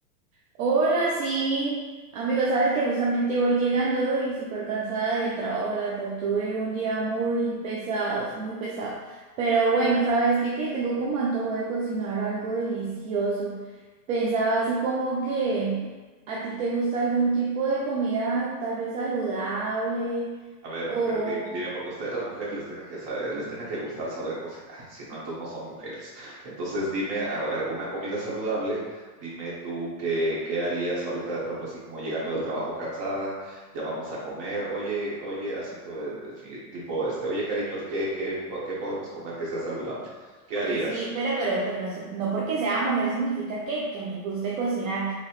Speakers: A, on the right; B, on the right.
A: Hola, sí. Amigo, sabes que justamente voy llegando y súper cansada del trabajo. La verdad, tuve un día muy pesado, muy pesado. Pero bueno, ¿sabes qué? Que tengo como antojo de cocinar algo delicioso. Pensaba así como que a ti te gusta algún tipo de comida tal vez saludable
B: A ver,
A: o...
B: mujer, dime, dime, porque a ustedes las mujeres les tiene que saber- les tiene que gustar saber cocinar, si no, entonces no son mujeres. Entonces, dime, a ver, una comida saludable, dime tú qué, qué harías ahorita, por ejemplo, así como llegando del trabajo cansada, ya vamos a comer, oye, oye, así eh, de- sí, tipo, este, oye, cariño, ¿qué, qué, po- qué podemos comer que sea saludable? ¿Qué
A: Oye,
B: harías?
A: sí, pero, pero, pero no, sé- no porque sea mujer significa que, que me guste cocinar.